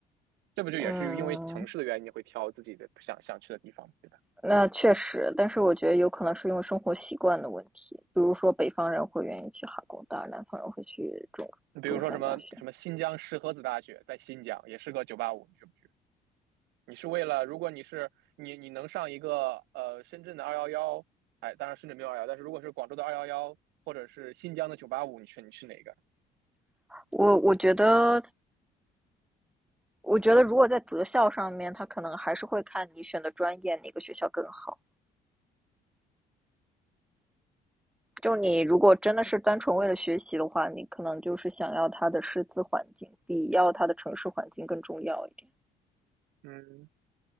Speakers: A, on the right; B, in the centre.
A: 这不就也是因为城市的原因，
B: 嗯，
A: 你会挑自己的不想想去的地方，对吧？
B: 那确实，但是我觉得有可能是因为生活习惯的问题，比如说北方人会愿意去哈工大，南方人会去中中山大学。
A: 你比如说什么什么新疆石河子大学在新疆，也是个九八五，你去不去？你是为了，如果你是你你能上一个呃深圳的二幺幺，哎，当然深圳没有二幺，但是如果是广州的二幺幺或者是新疆的九八五，你选你去哪个？
B: 我我觉得我觉得如果在择校上面，他可能还是会看你选的专业哪个学校更好。就你如果真的是单纯为了学习的话，你可能就是想要他的师资环境比要他的城市环境更重要一点。
A: 嗯，